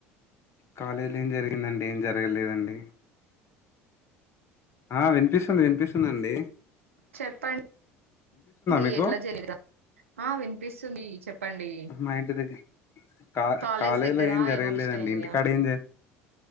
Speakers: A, on the left; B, on the right.
A: కాలళీ ఏ జరిగిందండి ఏం జరి జరగలేదండి ఆ వినిపిస్తుంది వినిపిస్తుందిండి
B: చెప్పండి డి
A: మీకు
B: ఎట్లా జరివిరా ఆ వినిపిస్తుంది చెప్పండి.
A: మా ఇంటిది కా
B: కాలేజీ
A: కాలేలో
B: దగ్గర
A: ఏం జరగలేదండి
B: ఏమో ఫెస్ట్ అయిందిగా.
A: ఇంటికాడ ఏం